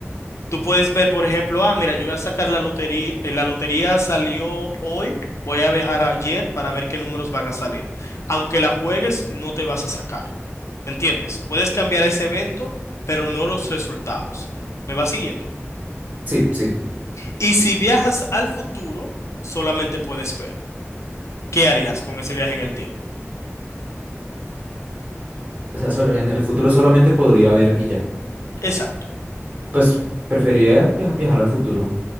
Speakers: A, on the left; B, on the right.
A: Tú puedes ver, por ejemplo, ah, mira, yo voy a sacar la lotería, eh, la lotería salió hoy, voy a viajar ayer para ver qué números van a salir. Aunque la juegues, no te vas a sacar, ¿me entiendes? Puedes cambiar ese evento, pero no los resultados. ¿Me vas siguiendo?
B: sí, sí.
A: Y si viajas al futuro, solamente puedes ver. ¿Qué harías con ese viaje en el tiempo?
B: O sea, sol- en el futuro solamente podría ver y ya.
A: Exacto.
B: Pues preferiría viaj- viajar al futuro